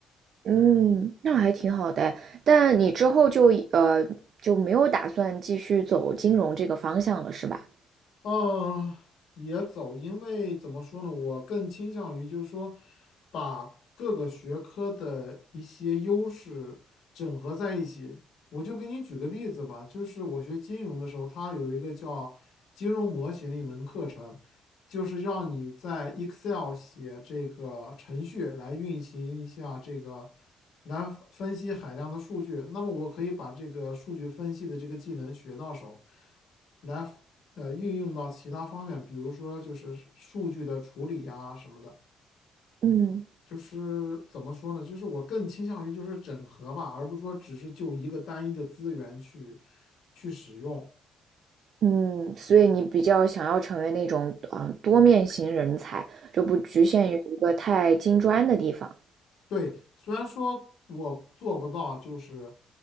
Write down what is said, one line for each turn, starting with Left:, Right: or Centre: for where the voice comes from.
Right: 嗯，那还挺好的。但你之后就呃就没有打算继续走金融这个方向了，是吧？
Left: 嗯，也走，因为怎么说呢，我更倾向于就是说，把各个学科的一些优势整合在一起。我就给你举个例子吧，就是我学金融的时候，它有一个叫金融模型的一门课程，就是让你在 Excel 写这个程序来运行一下这个，来分析海量的数据。那么我可以把这个数据分析的这个技能学到手。来呃运用到其他方面，比如说就是数据的处理呀什么的。
Right: 嗯。
Left: 就是怎么说呢？就是我更倾向于就是整合吧，而不是说只是就一个单一的资源去去使用。
Right: 嗯，所以你比较想要成为那种呃多面型人才，就不局限于一个太金砖的地方。
Left: 对，虽然说我做不到，就是